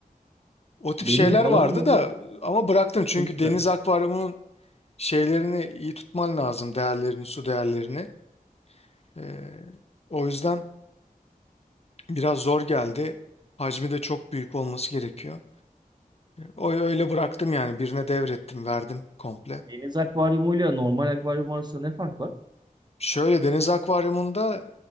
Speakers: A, on the left; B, on the right.
A: O tip
B: Benim
A: şeyler
B: halamın
A: vardı
B: oğlu.
A: da ama bıraktım çünkü
B: Çok güzel.
A: deniz akvaryumunun şeylerini iyi tutman lazım değerlerini su değerlerini. Ee, o yüzden Biraz zor geldi. Hacmi de çok büyük olması gerekiyor. O öyle bıraktım yani birine devrettim, verdim komple.
B: Deniz akvaryumuyla normal akvaryum arasında ne fark var?
A: Şöyle deniz akvaryumunda